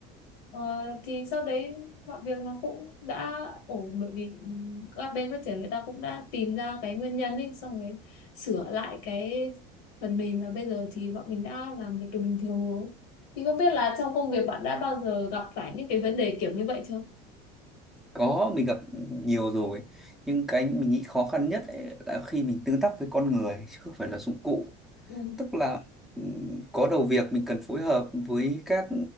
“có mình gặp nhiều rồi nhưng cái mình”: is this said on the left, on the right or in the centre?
Centre